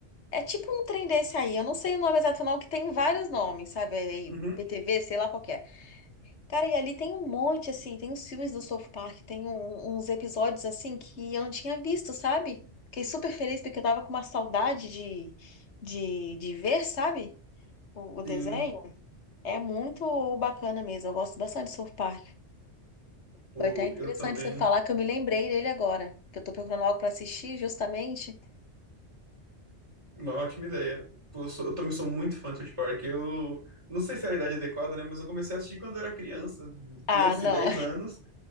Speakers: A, on the left; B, on the right.
A: É tipo um trem desse aí, eu não sei o nome exato não, que tem vários nomes, sabe? É Aí,
B: Uhum,
A: PTV, sei lá qual que é. Cara, e ali tem um monte, assim, tem uns filmes do South Park, tem um- uns episódios, assim, que eu não tinha visto, sabe? Fiquei super feliz porque eu tava com uma saudade de, de, de ver, sabe? O, o
B: sim.
A: desenho. É muito bacana mesmo, eu gosto bastante do South Park.
B: Pô,
A: Foi até interessante
B: eu também.
A: você falar que eu me lembrei dele agora, que eu tô procurando algo pra assistir justamente.
B: Uma ótima ideia. Pô, Eu, sou- eu também sou muito fã de South Park. Eu não sei se era a idade adequada, né? Mas eu comecei a assistir quando eu era criança.
A: Ah,
B: Criança
A: não,
B: de 10 anos.